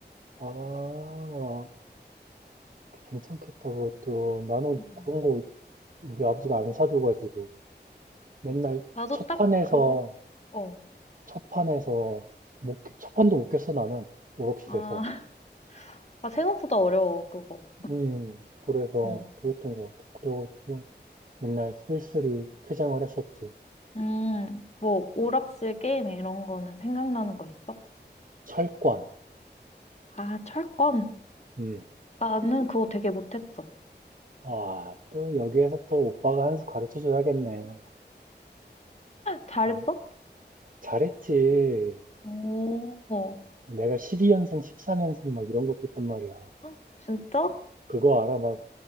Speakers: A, on the right; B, on the left.
A: 아, 괜찮겠다, 그것도. 나는
B: 음.
A: 그런 거 우리 아버지가 안 사줘가지고 맨날
B: 나도
A: 첫
B: 딱
A: 판에서
B: 그거, 어.
A: 첫 판에서 못, 깨- 첫 판도 못 깼어 나는 오락실에서
B: 아, <laughs> 아, 생각보다 어려워, 그거.
A: 음 그래서
B: 어.
A: 그랬던 것 같아 그래가지고 맨날 쓸쓸히 퇴장을 했었지
B: 음, 뭐, 오락실 게임 이런 거는 생각나는 거 있어?
A: 철권
B: 아, 철권.
A: 음
B: 나는 그거 되게 못했어.
A: 아 또 여기에서 또 오빠가 한수 가르쳐 줘야겠네
B: 잘했어?
A: 어 잘했지
B: 오, 어.
A: 내가 12연승 13연승 막 이런 것도 했단 말이야
B: 헉, 진짜?
A: 그거 알아 막